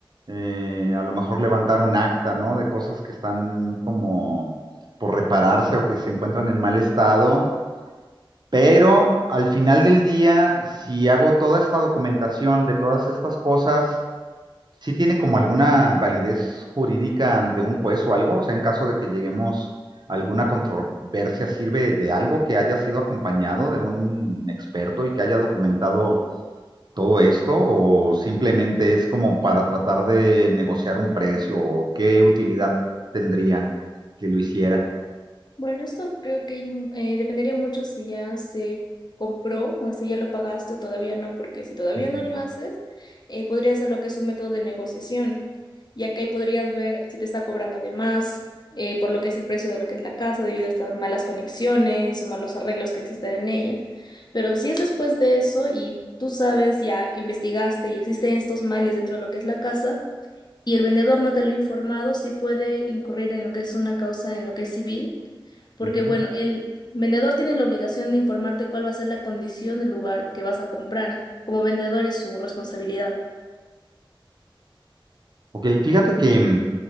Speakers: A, on the right (about 50°); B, on the left (about 50°).
A: eh, a lo mejor levantar un acta, ¿no? De cosas que están como por repararse o que se encuentran en mal estado. Pero al final del día, si hago toda esta documentación de todas estas cosas, ¿Sí tiene como alguna validez jurídica ante un juez o algo? O sea, en caso de que lleguemos a alguna controversia, ¿sirve de algo que haya sido acompañado de un experto y que haya documentado todo esto? ¿O simplemente es como para tratar de negociar un precio? ¿O qué utilidad tendría que lo hiciera?
B: Bueno, esto creo que mm, eh, dependería mucho si ya se compró o si ya lo pagaste o todavía no, porque si todavía
A: Ujú,
B: no lo haces, eh, podría ser lo que es un método de negociación, ya que ahí podrías ver si te está cobrando de más, eh, por lo que es el precio de lo que es la casa, debido a estas malas conexiones o malos arreglos que existen en ella. Pero si es después de eso y tú sabes, ya investigaste y existen estos males dentro de lo que es la casa, y el vendedor no te lo ha informado, sí puede incurrir en lo que es una causa, en lo que es civil, porque
A: ujú.
B: bueno, el vendedor tiene la obligación de informarte cuál va a ser la condición del lugar que vas a comprar. Como vendedor es su responsabilidad.
A: Ok, fíjate que, mm,